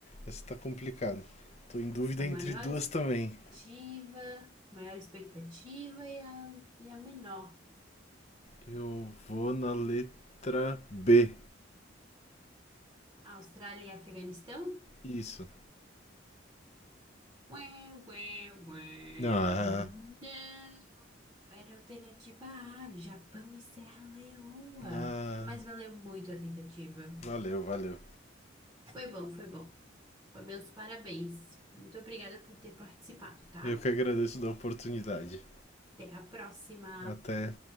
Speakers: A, on the left; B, on the right.
A: essa tá complicada. Tô em dúvida
B: A
A: entre
B: maior
A: duas
B: expectativa,
A: também.
B: maior expectativa e a, e a menor.
A: Eu vou na letra B.
B: Austrália e Afeganistão?
A: Isso.
B: Ué, ué, ué.
A: Ah,
B: Não, era a alternativa A, Japão e Serra Leoa.
A: ah,
B: Mas valeu muito a tentativa.
A: valeu, valeu.
B: Foi bom, foi bom. Meus parabéns. Muito obrigada por ter participado, tá?
A: Eu que agradeço da oportunidade.
B: Até a próxima.
A: Até